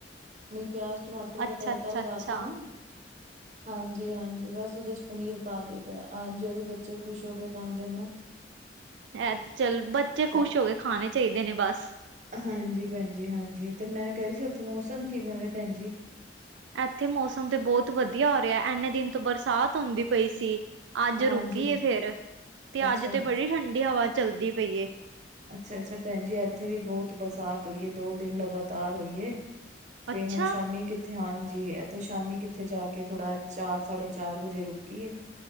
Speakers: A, on the right (about 40°); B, on the right (about 80°).
A: ਪਿਆਜ ਟਮਾਟਰ ਦਾ
B: ਅੱਛਾ
A: ਤੜਕਾ
B: ਅੱਛਾ
A: ਲਗਾ
B: ਅੱਛਾ
A: ਕੇ ਨਾ ਹਾਂਜੀ ਹਾਂਜੀ ਬਸ ਉਹਦੇ ਚ ਪਨੀਰ ਪਾ ਦੇਦਾ ਹਾਂ ਜ ਉਹ ਵੀ ਬੱਚੇ ਖੁਸ਼ ਹੋ ਕੇ ਖਾਂਦੇ ਨੇ
B: ਇਹ ਤੇ ਚੱਲ ਬੱਚੇ
A: ਤੇ
B: ਖੁਸ਼ ਹੋ ਕੇ ਖਾਣੇ ਚਾਹੀਦੇ ਨੇ ਬਸ
A: ਹਾਂਜੀ ਭੈਣਜੀ ਹਾਂਜੀ ਤੇ ਮੈਂ ਕਹਿ ਰਹੀ ਸੀ ਉੱਥੇ ਮੌਸਮ ਕਿਵੇਂ ਭੈਣ ਜੀ।
B: ਇੱਥੇ ਮੌਸਮ ਤੇ ਬਹੁਤ ਵਧੀਆ ਹੋ ਰਿਹਾ ਇੰਨੇ ਦਿਨ ਤੋਂ ਬਰਸਾਤ ਹੁੰਦੀ ਪਈ ਸੀ। ਅੱਜ
A: ਹਾਂਜੀ
B: ਰੁਕੀ ਏ
A: ਭੈ
B: ਫੇਰ ਤੇ
A: ਅੱਛਾ
B: ਅੱਜ ਤੇ ਬੜੀ ਠੰਡੀ ਹਵਾ ਚੱਲਦੀ ਪਈ
A: ਅੱਛਾ ਅੱਛਾ ਭੈਣ ਜੀ ਇੱਥੇ ਵੀ ਬਹੁਤ ਬਰਸਾਤ ਹੋਈਏ ਦੋ ਦਿਨ ਲਗਾਤਾਰ ਹੋਈਏ ਤੇ
B: ਅੱਛਾ
A: ਹੁਣ ਸ਼ਾਮੀ ਕਿ ਹਾਂਜੀ ਅਤੇ ਸ਼ਾਮੀ ਕਿੱਥੇ ਜਾ ਕੇ ਥੋੜਾ ਚਾਰ ਸਾਢੇ ਚਾਰ ਵਜੇ ਰੁਕੀਏ